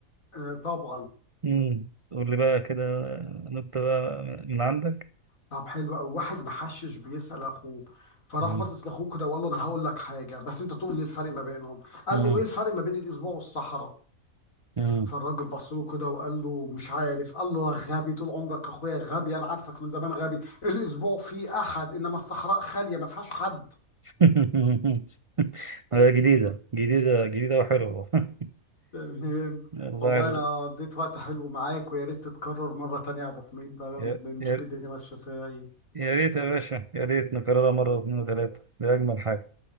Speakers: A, on the left; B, on the right.
A: آه، طبعا
B: أمم. قول لي بقى كده نكتة بقى من عندك
A: طب حلو قوي واحد محشش بيسال اخوه فراح
B: أمم.
A: باصص لاخوه كده وقال له انا هقول لك حاجه بس انت تقول لي الفرق ما بينهم قال
B: أمم.
A: له ايه الفرق ما بين الاسبوع والصحراء
B: أمم.
A: فالراجل بص له كده وقال له مش عارف قال له يا غبي طول عمرك اخويا غبي انا عارفك من زمان غبي الاسبوع فيه احد انما الصحراء خاليه ما فيهاش حد
B: <laughs> آه، جديدة جديدة جديدة وحلوة <laughs>
A: تمام
B: والله
A: والله
B: ال...
A: انا قضيت وقت حلو معاك ويا ريت تتكرر مره تانية يا ابو حميد بقى
B: يا...
A: نشوف
B: يا...
A: الدنيا ماشيه فيها ايه
B: يا ريت يا باشا يا ريت نكررها مرة واثنين وثلاثة دي أجمل حاجة